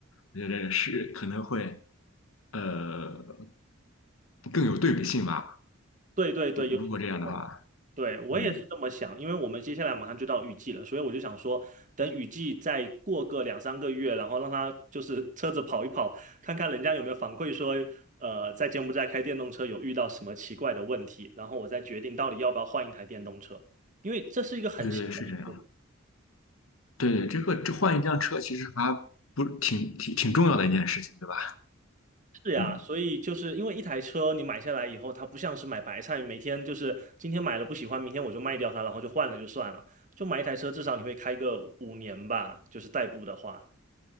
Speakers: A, on the left; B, on the right.
A: 我觉得是可能会呃更有对比性吧。
B: 对对对，
A: 如如果这样的话，
B: 有点。对，我也是这么想，
A: 嗯，
B: 因为我们接下来马上就到雨季了，所以我就想说，等雨季再过个两三个月，然后让他就是车子跑一跑，看看人家有没有反馈说，呃，在柬埔寨开电动车有遇到什么奇怪的问题，然后我再决定到底要不要换一台电动车，因为这是一个很新的事
A: 对对是这样。对对，这个这换一辆车其实还不挺挺挺重要的一件事情，对吧？
B: 是呀，
A: 嗯。
B: 所以就是因为一台车你买下来以后，它不像是买白菜，每天就是今天买了不喜欢，明天我就卖掉它，然后就换了就算了，就买一台车，至少你会开个五年吧，就是代步的话。